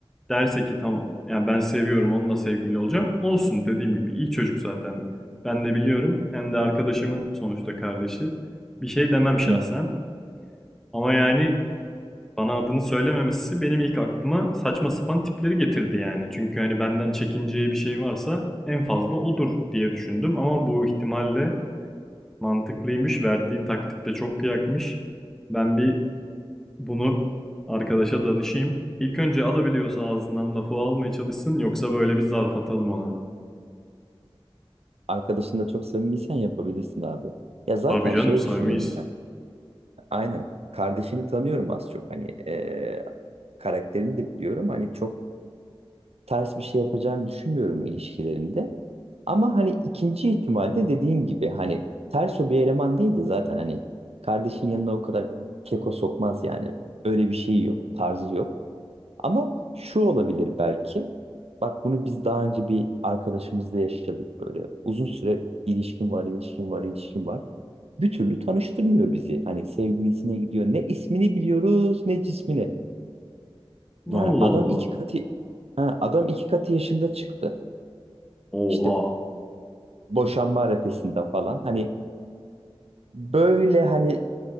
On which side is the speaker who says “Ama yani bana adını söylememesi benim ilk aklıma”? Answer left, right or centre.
Centre